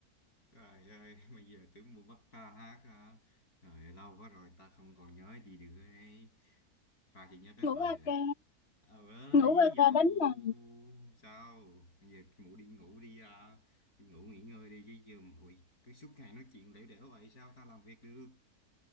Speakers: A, on the left; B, on the left.
A: Trời ơi, <laughs> bây giờ tưởng muốn bắt ta hát hả? Rồi lâu quá rồi ta không còn nhớ gì được ấy. Ta chỉ nhớ cái
B: ngủ
A: bài
B: ở
A: là
B: ca
A: Ờ ơi
B: ngủ
A: với
B: qua
A: dầu
B: ca đánh nè
A: sao? Bây giờ mụ đi ngủ đi à. Đi ngủ nghỉ ngơi đi chứ giờ muội cứ suốt ngày nói chuyện lẻo đẻo vậy sao ta làm việc được?